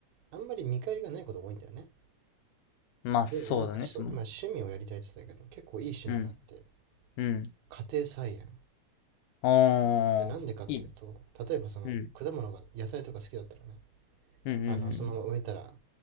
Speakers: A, on the right; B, on the left.
A: あんまり見返りがないことが多いんだよね
B: まあそうだね、
A: で、なんかそう、
B: その、
A: 今趣味をやりたいって言ってたけど、結構いい趣味があって、
B: うん、うん。
A: 家庭菜園。
B: お
A: で、なんでかっていうと、
B: ー、いいね。
A: 例えばその果物が、
B: うん、
A: 野菜とか好きだったらね、
B: うん、うん、うん。
A: あの、そのまま植えたら、